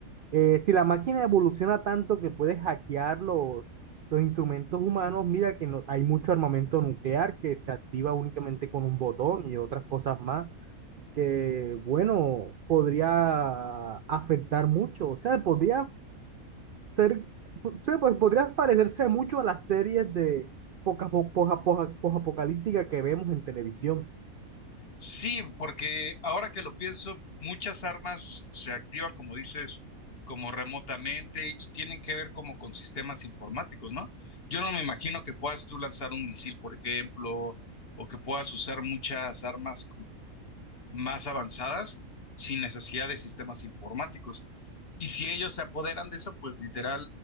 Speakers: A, on the right; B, on the left.
A: eh, si la máquina evoluciona tanto que puede hackear los, los instrumentos humanos, mira que no- hay mucho armamento nuclear que se activa únicamente con un botón y otras cosas más que, bueno, podría afectar mucho. O sea, podría ser, o sea, pues, podría parecerse mucho a las series de poca, po- poja- poja- posapocalíptica que vemos en televisión.
B: Sí, porque ahora que lo pienso, muchas armas se activan, como dices, como remotamente y tienen que ver como con sistemas informáticos, ¿no? Yo no me imagino que puedas tú lanzar un misil, por ejemplo, o que puedas usar muchas armas como más avanzadas sin necesidad de sistemas informáticos. Y si ellos se apoderan de eso, pues literal,